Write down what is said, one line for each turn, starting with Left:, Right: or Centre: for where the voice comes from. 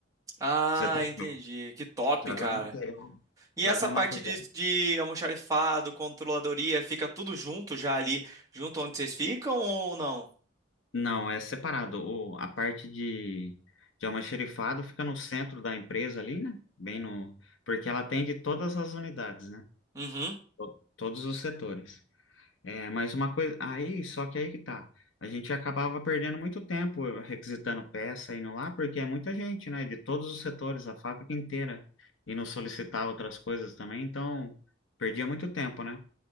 Right: Ah,
Left: Pra Você ter-
Right: entendi. Que top,
Left: já
Right: cara.
Left: vem o material,
Right: E
Left: já
Right: essa
Left: vem o
Right: parte
Left: material
Right: de, de almoxarifado, controladoria, fica tudo junto já ali, junto onde vocês ficam ou não?
Left: Não, é separado. O, a parte de, de almoxarifado fica no centro da empresa ali, né? Bem no, porque ela atende todas as unidades, né?
Right: Uhum,
Left: To- Todos os setores. É, mas uma coisa, aí, só que aí que tá. A gente acabava perdendo muito tempo requisitando peça, indo lá, porque é muita gente, né? De todos os setores, a fábrica inteira. E não solicitar outras coisas também, então perdia muito tempo, né?